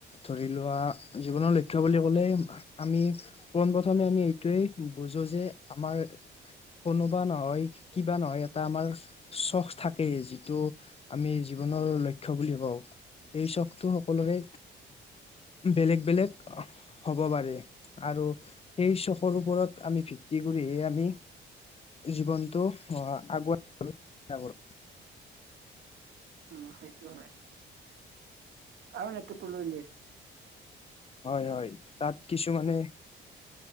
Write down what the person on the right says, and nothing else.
উম, সেইটো হয়, কাৰণ এটো প্ৰৰো দিয়ে।